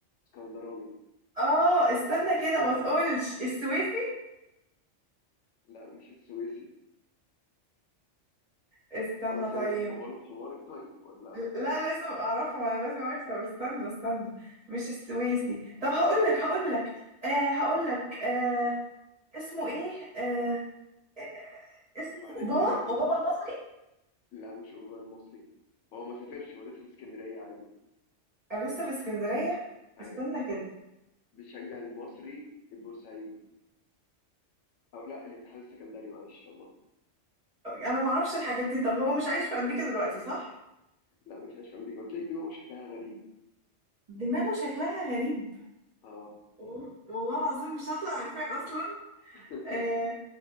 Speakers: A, on the left; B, on the right.
A: اسكندراني
B: اه استنى كده ما تقولش السويسي
A: لا مش السويسي
B: استنى
A: خلاص
B: طيب
A: يعني هو له في حمارك طيب ولا
B: لا لازم اعرفه ما انا لازم اكسب استنى استنى مش السويسي طب هقول لك هقول لك آه هقول لك آه اسمه ايه آه آه آه، اسمه
A: بعدين
B: اوباما
A: بقول لك من
B: اوباما المصري
A: لا مش اوروبا المصري هو ما سافرش هو لسه في اسكندريه عادي
B: انا لسه في اسكندرية
A: ايوه
B: استنى كده
A: بيشجع المصري البورسعيدي او لا الاتحاد السكندري معلش والله
B: انا ما اعرفش الحاجات دي طب هو مش عايش في امريكا دلوقتي صح
A: لا مش عايش في امريكا قلت لك دماغه شكلها غريب
B: دماغه شكلها غريب
A: اه
B: وال- والله العظيم مش هطلع عارفاه اصلا
A: <laughs>
B: آه